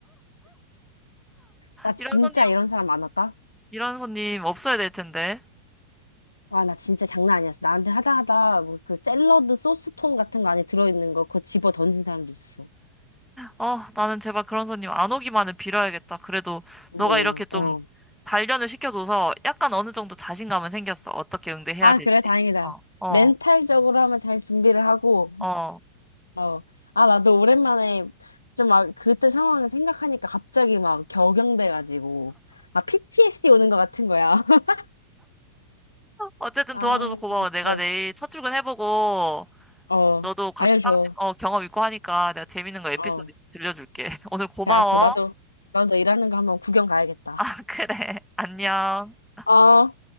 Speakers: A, on the left (about 80°); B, in the centre.
A: 나 진짜
B: 이런 손님,
A: 이런 사람 많았다.
B: 이런 손님 없어야 될 텐데.
A: 와, 나 진짜 장난 아니었어. 나한테 하다 하다 뭐 그 샐러드 소스통 같은 거 안에 들어있는 거 그거 집어 던진 사람도 있었어.
B: 아, 나는 제발 그런 손님 안 오기만을 빌어야겠다. 그래도
A: 뭐,
B: 너가 이렇게 좀
A: 어.
B: 단련을 시켜줘서 약간 어느 정도 자신감은 생겼어. 어떻게 응대해야
A: 아,
B: 될지.
A: 그래, 다행이다.
B: 어, 어,
A: 멘탈적으로 하면 잘 준비를 하고,
B: 어.
A: 어. 아, 나도 오랜만에 좀 막 그때 상황을 생각하니까 갑자기 막 격양돼가지고, 막 PTSD 오는 것 같은 거야. <laughs>
B: 어쨌든
A: 아,
B: 도와줘서 고마워.
A: 미쳐.
B: 내가 내일 첫 출근해보고
A: 어,
B: 너도 같이
A: 알려줘.
B: 빵집 어, 경험 있고 하니까 내가 재밌는 거 에피소드
A: 어.
B: 있으면 들려줄게. <laughs> 오늘 고마워.
A: 그래, 알았어. 나도, 나도 일하는 거 한번 구경 가야겠다.
B: 아, 그래. <laughs> 안녕.
A: 어.